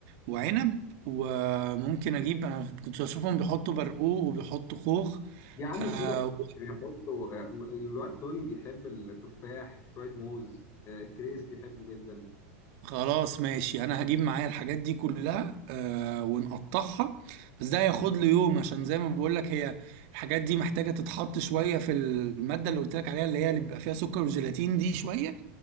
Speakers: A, on the right (about 55°); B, on the left (about 35°).
A: وعنب وممكن اجيب انا كنت بشوفهم بيحطوا برقوق وبيحطوا خوخ
B: يا عم
A: آه
B: سيبك من
A: و-
B: بيحطوا آه، الواد توني بيحب التفاح شويه موز آه، الكريز بيحبه جدا
A: خلاص ماشي انا هجيب معايا الحاجات دي كلها آه ونقطعها بس ده هياخد لي يوم عشان زي ما بقول لك هي الحاجات دي محتاجة تتحط شوية في المادة اللي قلت لك عليها اللي هي اللي بيبقى فيها سكر وجيلاتين دي شوية